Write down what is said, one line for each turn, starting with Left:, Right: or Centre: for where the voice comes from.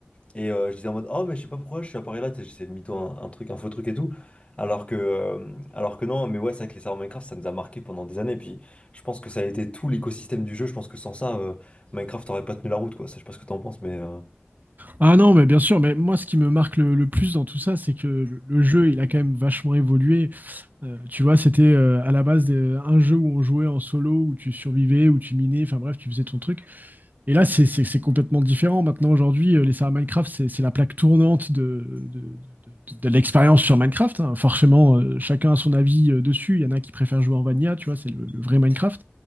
Left: Et euh, je disais en mode, oh, mais je sais pas pourquoi je suis à Paris là, tu sais, j'essayais de mytho un, un truc, un faux truc et tout. Alors que, euh, alors que non, mais ouais, c'est vrai que les serveurs Minecraft, ça nous a marqué pendant des années. Puis je pense que ça a été tout l'écosystème du jeu. Je pense que sans ça, euh, Minecraft aurait pas tenu la route, quoi. Ça, je sais pas ce que t'en penses, mais euh,
Right: Ah non, mais bien sûr, mais moi ce qui me marque le, le plus dans tout ça, c'est que le, le jeu, il a quand même vachement évolué. Euh, tu vois, c'était euh, à la base des- un jeu où on jouait en solo, où tu survivais, où tu minais, enfin bref, tu faisais ton truc. Et là, c'est c'est- c'est complètement différent. Maintenant, aujourd'hui, euh, les serveurs Minecraft, c'est c'est la plaque tournante de, de, de- de l'expérience sur Minecraft. hein. Forcément, euh, chacun a son avis euh, dessus. Il y en a qui préfèrent jouer en Vanilla, tu vois, c'est le, le vrai Minecraft.